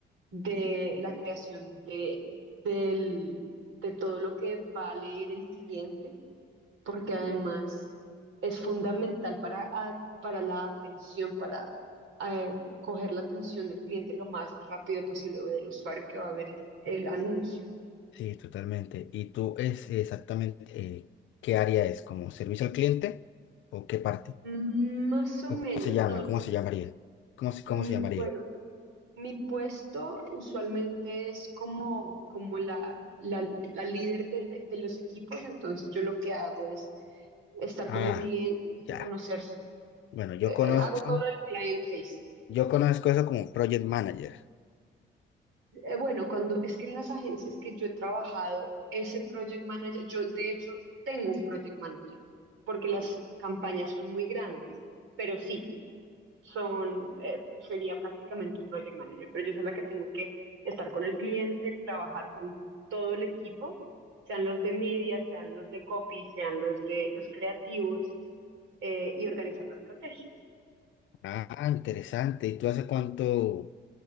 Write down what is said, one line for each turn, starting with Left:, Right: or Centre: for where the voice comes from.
Right: de la creación de, del, de todo lo que va a leer el cliente porque además es fundamental para, a- para la atención, para eh, coger la atención del cliente lo más rápido posible o del usuario que va a ver el, el anuncio.
Left: Sí, totalmente. ¿Y tú es exactamente eh, qué área es? ¿Como servicio al cliente o qué parte?
Right: Mm, Más o
Left: ¿O
Right: menos,
Left: cómo se llama?
Right: no,
Left: ¿Cómo
Right: yo,
Left: se llamaría? ¿Cómo se, cómo
Right: mm,
Left: se llamaría?
Right: bueno, mi puesto usualmente es como, como la, la, la líder del- de los equipos, entonces yo lo que hago es estar
Left: Ah,
Right: con el cliente,
Left: ya.
Right: conocer su,
Left: Bueno, yo
Right: eh,
Left: conozco.
Right: eh, hago todo lo del client facing.
Left: Yo conozco eso como Project Manager.
Right: Eh, bueno, cuando es que en las agencias que yo he trabajado, ese project manager, yo de hecho tengo un project manager, porque las campañas son muy grandes, pero sí, son, eh, sería prácticamente un project manager, pero yo soy la que tengo que estar con el cliente, trabajar con todo el equipo, sean los de media, sean los de copy, sean los de los creativos, eh, y organizar la estrategia.
Left: Ah, interesante. ¿Y tú hace cuánto